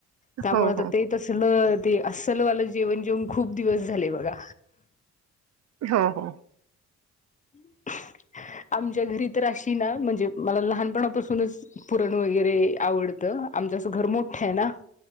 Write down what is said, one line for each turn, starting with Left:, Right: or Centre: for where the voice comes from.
Left: त्यामुळे
Right: हो
Left: आता
Right: हो
Left: ते तसलं ते असलवालं जेवण जेवन खूप दिवस झाले बघा
Right: होा हो
Left: <inaudible> आमच्या घरी तर अशी ना म्हणजे मला लहानपणापासूनच पुरण वगैरे आवडतं आमच्या अस घर मोठं आहे ना